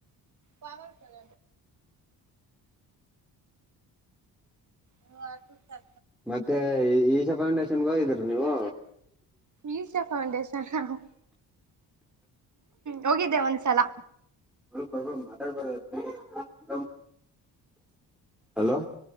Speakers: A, on the right; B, in the centre.
A: ಪವತಲ್ಲ ಹ ಆಟ ಸ
B: ಮತ್ತೆ ಈಶಾ ಫೌಂಡೇಶನ್ಗ ಹೋಗಿದ್ರನೀವು
A: ಈಸ ಪೌಂಡೇಶ ಹ ಹೂ ಹೋಗಿದ್ದೆ ಒಂದ್ಸಲ
B: ಮಾ ಹಲೋ